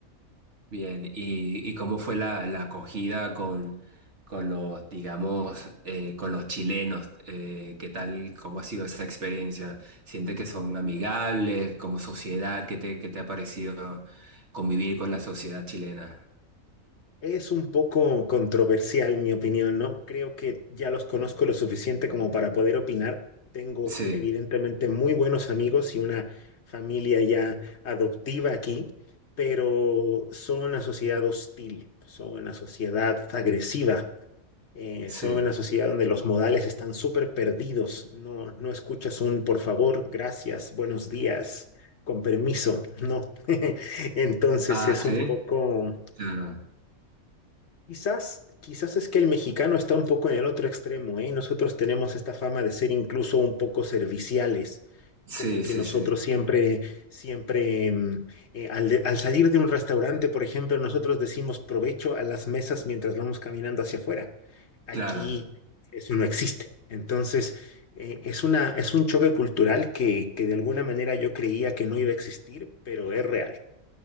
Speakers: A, on the right; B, on the left.
A: Bien, ¿y, y cómo fue la, la acogida con, con los, digamos, eh, con los chilenos? Eh, ¿qué tal, cómo ha sido esa experiencia? ¿Sientes que son amigables como sociedad? ¿Qué te, qué te ha parecido convivir con la sociedad chilena?
B: Es un poco controversial mi opinión, ¿no? Creo que ya los conozco lo suficiente como para poder opinar. Tengo
A: Sí,
B: evidentemente muy buenos amigos y una familia ya adoptiva aquí, pero son una sociedad hostil, son una sociedad agresiva, Eh,
A: sí.
B: son una sociedad donde los modales están súper perdidos. No, no escuchas un por favor, gracias, buenos días, con permiso. No. <laughs> Entonces
A: Ah,
B: es
A: sí,
B: un poco,
A: claro.
B: quizás, quizás es que el mexicano está un poco en el otro extremo, ¿eh? Nosotros tenemos esta fama de ser incluso un poco serviciales
A: Sí,
B: como que
A: sí,
B: nosotros
A: sí,
B: siempre, siempre, mm, eh, al, de- al salir de un restaurante, por ejemplo, nosotros decimos provecho a las mesas mientras vamos caminando hacia afuera. Aquí
A: claro.
B: eso no existe. Entonces, eh, es una, es un choque cultural que, que de alguna manera yo creía que no iba a existir, pero es real.